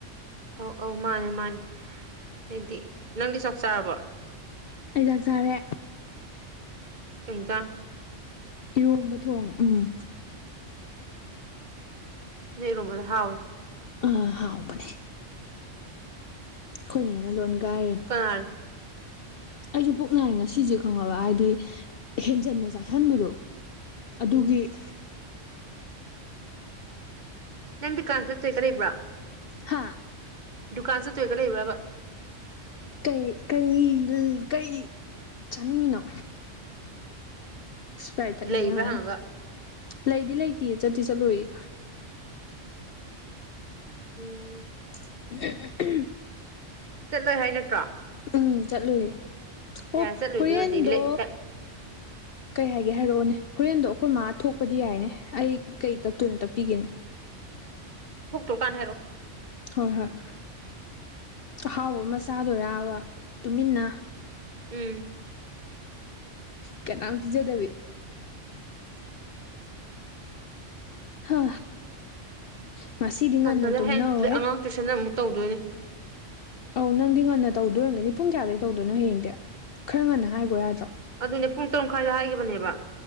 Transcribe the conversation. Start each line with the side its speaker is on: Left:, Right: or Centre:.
Right: ꯑꯧ ꯑꯧ ꯃꯥꯅꯦ ꯃꯥꯅꯦ ꯍꯥꯏꯗꯤ ꯅꯪꯗꯤ ꯆꯥꯛ ꯆꯥꯔꯕꯣ
Left: ꯑꯩ ꯆꯥꯛ ꯆꯥꯔꯦ
Right: ꯀꯩ ꯖꯥꯡ
Left: ꯏꯔꯣꯝꯕ ꯊꯣꯡꯉꯦ ꯎꯝ
Right: ꯅꯪ ꯏꯔꫭꯝꯕꯗꫭ ꯍꯥꯎꯋꯤ
Left: ꯑꯥ ꯍꯥꯎꯕꯅꯦ ꯑꯈꫭꯏ ꯅꯦꯅ ꯂꯣꯟꯒꯥꯏꯔꯤꯅꯤ
Right: ꯑꯥ
Left: ꯑꯩꯖꯨ ꯄꯨꯛꯅꯥꯏ ꯉꯁꯤꯁꯦ ꯈꯪꯉꯕ ꯍꯥꯏꯗꯤ ꯍꯦꯟꯖꯟꯅ ꯆꯥꯁꯟꯕꯗꯣ ꯑꯗꯨꯒꯤ
Right: ꯎꯝ ꯅꯪ ꯗꯨꯀꯥꯟ ꯆꯠ ꯇꫭꯏꯒ ꯂꯩꯕ꯭ꯔꯣ
Left: ꯍꯥꯥ
Right: ꯗꯨꯀꯥꯟ ꯆꯠꯇꫭꯏꯒ ꯂꯩꯕ꯭ꯔꯕ
Left: ꯀꯩ ꯀꯩ ꯀꯩ ꯆꯥꯅꯤꯡꯉꯤꯅꯣ ꯏꯁꯄꯥꯏꯠ ꯊꯛꯅꯤꯡ
Right: ꯂꯩꯕ꯭ꯔꯥ
Left: ꯑꫭꯏꯔꯝꯒꯅꯤ
Right: ꯍꯪꯉꯒ
Left: ꯂꯩꯗꯤ ꯂꯩꯇꯤꯌꯦ ꯆꯠꯇꯤ ꯆꯠꯂꫭꯏꯌꯦ
Right: ꯎꯝ
Left: <unintelligible>
Right: ꯆꯠꯂꯣꯏ ꯍꯥꯏ ꯅꯠꯇ꯭ꯔꯣ
Left: ꯎꯝ ꯆꯠꯂꯨꯏꯌꯦ ꯑꯣ
Right: ꯌꯥꯔꯦ ꯆꯠꯂꯣꯏꯗꯣꯏ
Left: ꯍꯨꯔꯦꯟꯗꯣ
Right: ꯑꯣꯏꯔꯗꯤ ꯂꯩ ꯀ
Left: ꯀꯩ ꯍꯥꯏꯒꯦ ꯍꯥꯏꯔꯣꯅꯦ ꯍꯣꯔꯦꯟꯗꯣ ꯑꯩꯈꯣꯏ ꯃꯥ ꯊꯣꯛꯄꯗꯤ ꯌꯥꯏꯅꯦ ꯑꯩ ꯀꯩ ꯇꯞꯇꯣꯏꯅꯣ ꯇꯞꯄꯤꯒꯦꯅꯦ
Right: ꯊꯣꯛꯇ꯭ꯔꯣ ꯀꯥꯟꯅꯗ ꯍꯥꯏꯔꯛꯑꫭ
Left: ꯍꯣꯏ ꯍꯣꯏ ꯑꯍꯥꯎꯕ ꯑꯃ ꯆꯥꯗꯣꯏꯔꯥꯕ ꯇꯨꯃꯤꯟꯅ
Right: ꯎꯝ
Left: ꯀꯅꯥꯝ ꯄꯤꯖꯗꯕꯤ ꯍꯥ ꯉꯁꯤꯗꯤ
Right: ꯊꯝ
Left: ꯉꯟꯅ
Right: ꯆꯠꯂꯦ
Left: ꯇꯨꯝꯅꯧꯍꯦ
Right: ꯍꯌꯦꯡ ꯑꯉꯥꯡ ꯇꯨꯏꯁꯟ ꯑꯃꯨꯛ ꯇꯧꯗꯣꯏꯅꯤ
Left: ꯑꯧ ꯅꯪꯗꯤ ꯉꯟꯅ ꯇꯧꯗꯣꯏꯑꯣꯏꯔꯝꯒꯅꯤ ꯄꯨꯡ ꯀꯌꯥꯗꯒꯤ ꯇꯧꯗꯣꯏꯅꯣ ꯍꯌꯦꯡꯗꯤ ꯈꯔ ꯉꯟꯅ ꯍꯥꯏꯒꯣ ꯌꯥꯗ꯭ꯔꯣ
Right: ꯑꯗꯨꯅꯦ ꯄꯨꯡ ꯇꯔꯨꯛ ꯃꯈꯥꯏꯗ ꯍꯥꯏꯒꯤꯕꯅꯦꯕ